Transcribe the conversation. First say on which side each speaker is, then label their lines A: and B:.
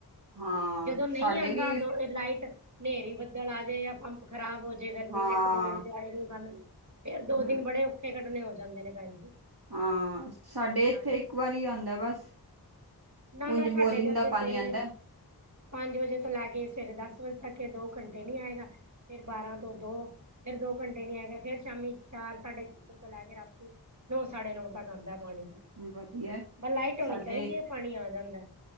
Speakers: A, on the right (about 70°); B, on the right (about 45°).
A: ਹਾਂ,
B: ਜਦੋਂ ਨਹੀਂ
A: ਸਾਡੇ
B: ਆਉਂਦਾ
A: ਵੀ
B: ਉਦੋਂ ਇਹ ਲਾਈਟ ਹਨੇਰੀ ਬੱਦਲ ਆ ਜਾਏ ਜਾਂ ਪੰਪ ਖਰਾਬ ਹੋ ਜੇ ਗਰਮੀ
A: ਹਾਂ,
B: ਚ ਇੱਕ ਦੋ ਵਾਰੀ ਤੇ ਆਏ <unintelligible> ਫੇਰ ਦੋ
A: ਹੂੰ,
B: ਦਿਨ ਬੜੇ ਔਖੇ ਕੱਢਣੇ ਹੋ ਜਾਂਦੇ ਨੇ ਭੈਣ ਜੀ।
A: ਹਾਂ ਸਾਡੇ ਇੱਥੇ
B: ਹਾਂਜੀ
A: ਇੱਕ ਵਾਰੀ ਆਉਂਦਾ ਬਸ।
B: ਨਾ ਨਾ
A: ਉਂਝ
B: ਸਾਡੇ
A: ਬੋਰਿੰਗ
B: ਤੇ ਇੱਥੇ
A: ਦਾ ਪਾਣੀ
B: ਸਵੇਰੇ
A: ਆਂਦਾ,
B: ਪੰਜ ਵਜੇ ਤੋਂ ਲੈ ਕੇ ਸਵੇਰੇ ਦਸ ਵਜੇ ਤੱਕ ਇਹ ਦੋ ਘੰਟੇ ਨਹੀਂ ਆਏਗਾ। ਫਿਰ ਬਾਰਾਂ ਤੋਂ ਦੋ ਫਿਰ ਦੋ ਘੰਟੇ ਨਹੀਂ ਹੈਗੇ ਫੇਰ ਸ਼ਾਮੀ ਚਾਰ ਸਾਢੇ ਚਾਰ ਤੋਂ ਲੈ ਕੇ ਰਾਤੀ ਨੌ ਸਾਢੇ ਨੌ ਤੱਕ ਆਉਂਦਾ ਪਾਣੀ
A: ਵਧੀਆ
B: ਪਰ ਲਾਈਟ ਹੋਣੀ
A: ਸਾਡੇ
B: ਚਾਹੀਦੀ ਹੈ ਪਾਣੀ ਆ ਜਾਂਦਾ।